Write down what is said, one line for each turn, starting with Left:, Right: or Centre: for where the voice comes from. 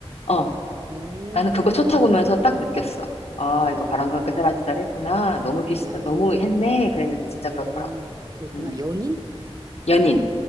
Left: 어.
Right: 오,
Left: 나는 그거 첫 타보면서 딱 느꼈어. 아,
Right: 어,
Left: 이거 바람과 함께 사라지다 했구나. 너무 비슷하,
Right: 아,
Left: 너무 했네. 그랬는데 진짜 그렇더라고.
Right: 음, 그렇구나.
Left: 음.
Right: 연인?
Left: 연인.